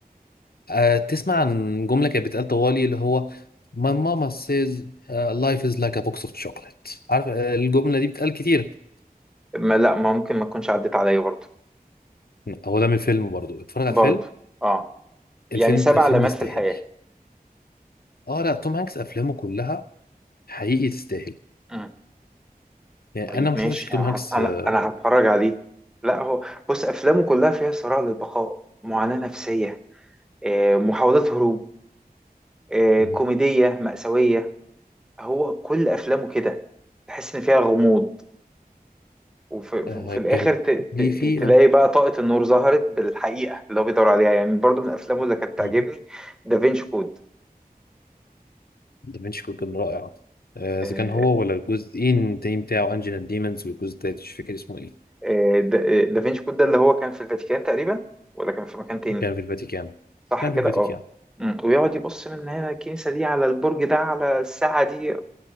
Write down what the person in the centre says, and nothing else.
ما لا ما ممكن ما تكونش عدت عليا برضه
برضه
اه
يعني سبع
علامات
في الحياة
مم.
طيب
ماشي
انا
هت... انا
انا هتفرج عليه لا هو بص افلامه كلها فيها صراع للبقاء معاناة نفسية آه، محاولات هروب آه،
كوميدية مأساوية هو كل افلامه كده تحس ان فيها غموض وفي
في
الاخر ت... ت...
ت-
تلاقي
بقى طاقة النور ظهرت بالحقيقة اللي هو بيدور عليها يعني برضو من افلامه اللي كانت تعجبني
دافينشي كود
آه،
آه، دا- آه، دافينشي كود ده اللي هو كان في الفاتيكان تقريبا ولا كان في مكان تاني
صح
كده
اه مم. ويقعد يبص من هنا الكنيسة دي على البرج ده على الساعة دي